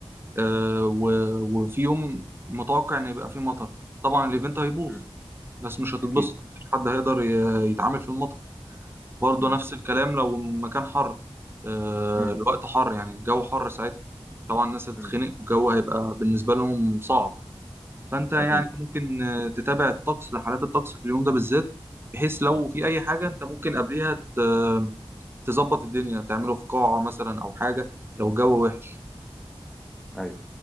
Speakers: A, on the right; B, in the centre.
A: آه، و- وفي يوم متوقع إن يبقى فيه مطر طبعا الإيفنت هيبوظ
B: مم.
A: الناس مش هتتبسط
B: اكيد
A: مفيش حد هيقدر ي- يتعامل في المطر برضه
B: مم.
A: نفس الكلام لو مكان حر آه،
B: مم.
A: الوقت حر يعني الجو حر ساعتها طبعا الناس هتتخنق
B: مم.
A: والجو هيبقى بالنسبة لهم صعب فأنت يعني
B: اكيد
A: ممكن آه، تتابع الطقس حالات الطقس في اليوم ده بالذات بحيث لو في أي حاجة أنت ممكن قبليها ت- تظبط الدنيا تعمله في قاعة مثلا أو حاجة لو الجو وحش
B: ايوه